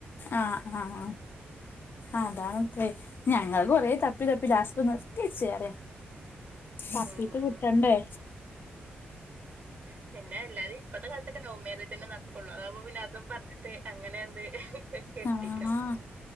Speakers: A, on the left; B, on the right.
A: ആഹ് ആഹ് അതാണ്പ്പേ ഞങ്ങള് കൊറെ തപ്പി തപ്പി ലാസ്പ്പോ നിർത്തിയേച്ച് പറയാ. തപ്പീട്ട്
B: ഉം
A: കിട്ടണ്ടേ.
B: ഉം. പിന്നെ എല്ലാരും ഇപ്പത്തെ കാലത്തൊക്കെ ലൗ മോരേജന്നെ നടക്കുള്ളൂ അതാവുമ്പോ പിന്നെ അതും പറഞ്ഞിട്ട് അങ്ങനെയാണ്ട് കെട്ടിക്കാ
A: ആഹ്